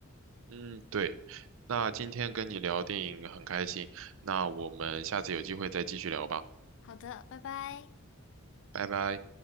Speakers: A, on the right; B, on the left.
A: 嗯，对。那今天跟你聊电影很开心，那我们下次有机会再继续聊吧，
B: 好的，拜拜。
A: 拜拜。